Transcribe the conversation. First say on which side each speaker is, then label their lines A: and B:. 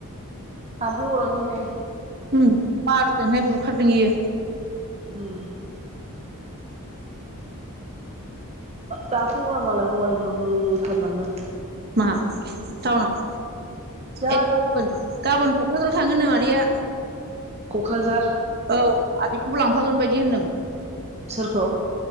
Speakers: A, on the right; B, on the right.
A: हाब्रु हराखैहाय,
B: ओम बारजोंहाय बुखारदों इयो,
A: उम दा फुंङाव मालाय हौवा हिनजाव होथारलांनो,
B: मा टाउनाव
A: जानो
B: ए गाबोन गाबोन क'क्राझाराव थांङोनो मादैया, <inaudible>
A: कक्राझार,
B: औ आदैखौबो लांफागोन बायदि होनदों,
A: सोरखौ